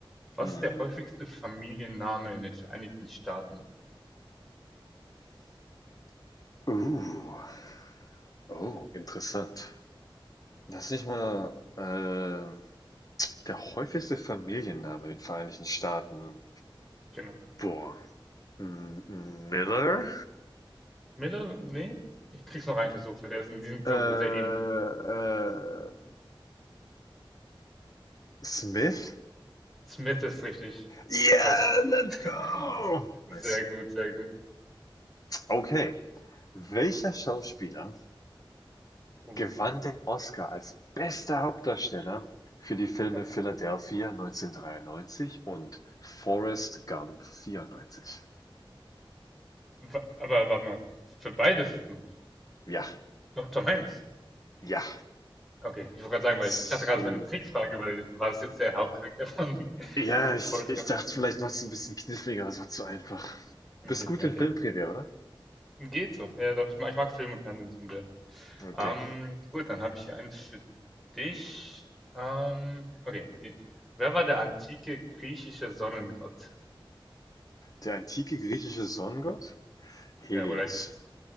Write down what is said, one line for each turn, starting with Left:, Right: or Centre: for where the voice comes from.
Centre: Was
Left: Hm.
Centre: ist der häufigste Familienname in den Vereinigten Staaten?
Left: Uh, oh, interessant. Das ist nicht mal äh, der häufigste Familienname in den Vereinigten Staaten.
Centre: Genau.
Left: Boah. Miller?
Centre: Miller, nee, ich krieg's noch rein versucht, weil der sind, die sind
Left: Äh,
Centre: so
Left: äh,
Centre: sehr ähnlich.
Left: Smith?
Centre: Smith ist richtig
Left: Yeah,
Centre: krass.
Left: let's
Centre: <laughs>
Left: go! Nice.
Centre: Sehr gut, sehr gut.
Left: Okay. Welcher Schauspieler
Centre: Oh,
Left: gewann den Oscar als bester Hauptdarsteller für die Filme
Centre: ja.
Left: Philadelphia 1993 und Forrest Gump 94?
Centre: Wa- Aber warte mal, für beide, hm,
Left: Ja,
Centre: Tom, Tom Hanks.
Left: ja.
Centre: Okay, ich wollte gerade sagen, weil
Left: Zu.
Centre: ich, ich dachte gerade, es wäre eine Trickfrage, weil war das jetzt der Hauptcharakter von <laughs>
Left: Ja, ich,
Centre: Forrest
Left: ich
Centre: Gump?
Left: dachte, vielleicht machst du ein bisschen kniffliger, aber es war zu einfach.
Centre: Okay,
Left: Bist gut
Centre: okay.
Left: in Filmtrivia, oder?
Centre: Geht so. Ja, doch, ich mag, ich mag Film und Fernsehen schon sehr.
Left: Okay.
Centre: Ähm, gut, dann habe ich hier einen für dich. Ähm, okay, die, wer war der antike griechische Sonnengott?
Left: Der antike griechische Sonnengott? Helios.
Centre: Ja, oder ist.